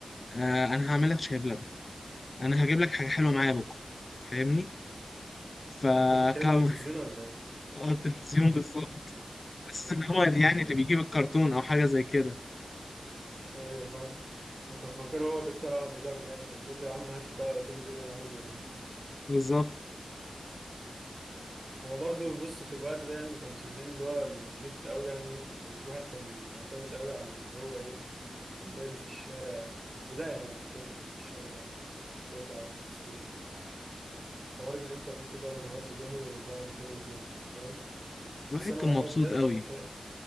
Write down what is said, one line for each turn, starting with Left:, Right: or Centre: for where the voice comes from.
Left: آه انا هعمل لك شاي بلبن انا هجيب لك حاجه حلوه معايا بكره فاهمني فكان
Right: انت بتتكلم تلفزيون ولا ايه؟
Left: <laughs> اه التلفزيون بالظبط بس ان هو يعني اللي بيجيب الكرتون او حاجه زي كده
Right: ايوه فاهم انت فاكر هو بيختار على مزاجه يعني فبتقول له يا عم هات لي بقى توم جيري اللي انا عايزه يا عم
Left: بالظبط
Right: هو برضو بص في الوقت ده يعني ما كانش فيه اللي هو النت قوي يعني يعني الواحد كان معتمد قوي على اللي هو ايه لعب في الشارع في البدايه يعني لعب في الشارع لعب على البلاي ستيشن حوار الانترنت ده ما ظهرش جامد غير بعد فين وفين فاهم
Left: الواحد
Right: بس انا
Left: كان
Right: والله
Left: مبسوط
Right: بجد
Left: قوي
Right: انا شايف